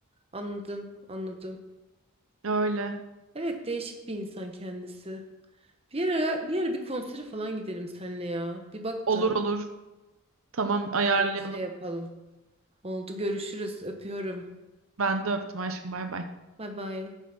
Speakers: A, on the right; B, on the right.
A: Anladım, anladım.
B: Öyle.
A: Evet, değişik bir insan kendisi. Bir ara, bir ara bir konsere falan gidelim seninle ya. Bir bak
B: Olur
A: da
B: olur. Tamam ayarlayalım.
A: böyle bir şey yapalım. Oldu görüşürüz. Öpüyorum.
B: Ben de öptüm aşkım bay bay.
A: Bay bay.